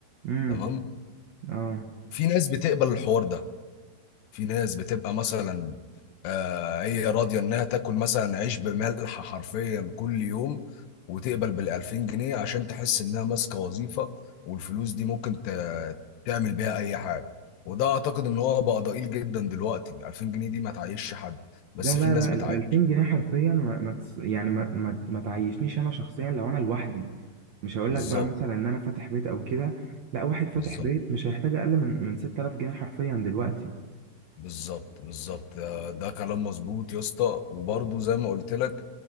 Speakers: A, on the right; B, on the left.
A: امم
B: تمام
A: اه
B: في ناس بتقبل الحوار ده في ناس بتبقى مثلا آه هي راضيه انها تاكل مثلا عيش بملح حرفيا كل يوم وتقبل بالألفين جنيه عشان تحس انها ماسكه وظيفه والفلوس دي ممكن ت- تعمل بيها اي حاجه وده اعتقد ان هو بقى ضئيل جدا دلوقتي 2000 جنيه دي ما تعيشش حد بس
A: لا لا
B: في ناس
A: لا
B: بتعيش
A: ال 2000 جنيه حرفيا ما ما تس- يعني ما ما ما تعيشنيش انا شخصيا لو انا لوحدي مش هقول
B: بالظبط
A: لك بقى مثلا ان انا فاتح بيت او كده لا واحد فاتح
B: بالظبط
A: بيت مش هيحتاج اقل من من 6000 جنيه حرفيا دلوقتي
B: بالظبط بالظبط آه، ده كلام مظبوط يا اسطى وبرضه زي ما قلت لك